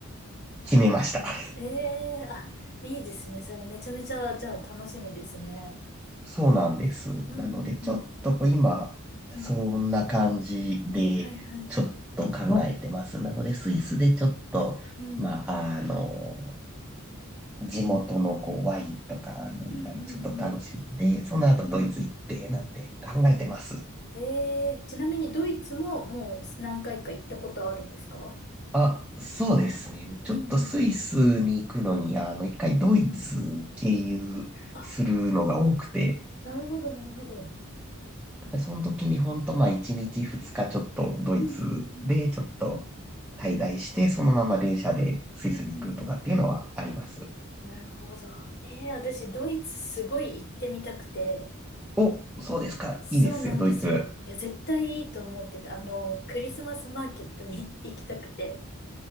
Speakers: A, in the centre; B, on the left.
A: 決めました。<laughs>
B: ええあ、いいですね。それめちゃめちゃ、じゃあ楽しみですね。
A: そうなんです。
B: うん、
A: なので、ちょっと今、
B: うん、
A: そんな感じで、
B: うん、うん、うん。はいはいはい。
A: ちょっと考えてます。なので、スイスでちょっと、
B: うん、うん、
A: まあ、あの、地元のこうワインとか飲んだり、
B: うん、
A: ちょっと楽しんで、
B: うん。
A: その後ドイツ行って、
B: うん
A: なんて考えてます。
B: ええちなみにドイツももう何回か行ったことあるんですか
A: あ、そうですね。ちょっとスイスに行くのに、
B: うん、うん、うん、
A: あの、一回ドイツ経由するのが多くて、
B: うん、うん。あ、なるほど、なるほど。
A: その時にほんと、まあ、一日二日ちょっとドイツでちょっと
B: うん、うん、
A: 滞在して、そのまま電車でスイスに行くとかっていうのはあります。
B: うん、うん、うん。うんなるほど。ええ私、ドイツすごい行ってみたくて。
A: お、そうですか。
B: そうなんですよ。
A: いいですよ、ドイツ。
B: いや、絶対いいと思ってて、あの、クリスマスマーケットに <laughs> 行きたくて。